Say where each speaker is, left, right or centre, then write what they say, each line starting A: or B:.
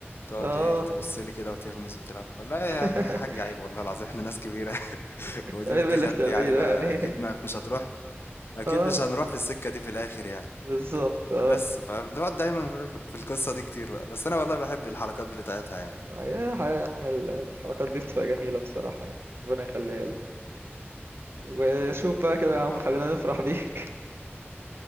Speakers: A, on the left; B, on the right.
A: تقعد
B: اه
A: إيه تبص لي كده وتغمز وتلعب والله يا
B: <laughs>
A: حاج عيب والله العظيم إحنا ناس كبيرة <laughs> ودي
B: ايه
A: بنت
B: اللي
A: خالتي
B: بتعمليه
A: يعني
B: ده
A: ما
B: يعني
A: أكيد ما مش هتروح
B: <laughs>
A: أكيد
B: اه
A: مش هنروح في السكة دي في الآخر يعني
B: بالظبط اه
A: بس فبنقعد دايما في في القصة دي كتير بقى بس انا والله بحب الحركات بتاعتها يعني
B: يا يا عم ال- الحركات دي بتبقى جميلة بصراحة يعني ربنا يخليها لك وشوف بقى
A: حبيبي
B: كده يا عم
A: يا عمر
B: خلينا نفرح
A: حبيبي
B: بيك